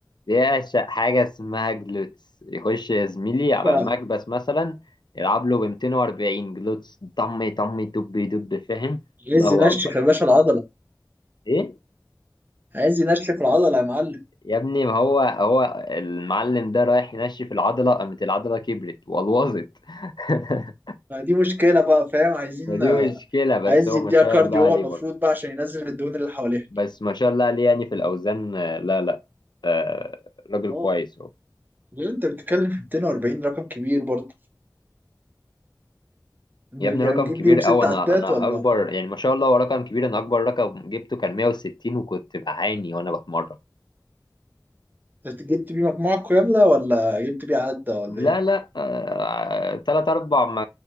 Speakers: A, on the left; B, on the right.
A: بيعشق حاجة اسمها جلوتس يخش يا زميلي
B: باشا
A: على المكبس مثلا يلعب له ب 240 جلوتس طم طم دب دب فاهم
B: عايز
A: الله
B: ينشف
A: أكبر
B: يا باشا العضلة
A: إيه
B: عايز ينشف العضلة يا معلم
A: يا ابني ما هو هو المعلم ده رايح ينشف العضلة قامت العضلة كبرت والوظت <laughs>
B: ما دي مشكلة بقى فاهم عايزين
A: ما دي مشكلة بس
B: عايز
A: هو
B: يديها
A: ما شاء
B: كارديو
A: الله عليه
B: هو المفروض
A: برضه
B: بقى عشان ينزل الدهون اللي حواليها
A: بس ما شاء الله عليه يعني في الأوزان آه، لا لا آه، راجل
B: اه
A: كويس هو
B: ليه انت بتتكلم في 240 رقم كبير برضه
A: يا
B: بي-
A: ابني رقم
B: يعني جبت
A: كبير
B: بيهم ست
A: قوي
B: عدات
A: انا انا
B: ولا
A: اكبر يعني ما شاء الله هو رقم كبير انا اكبر رقم جبته كان 160 وكنت بعاني وانا بتمرن
B: جبت بيه مجموعة كاملة ولا جبت بيه عدة ولا
A: لا
B: ايه
A: لا آه، تلات اربع م-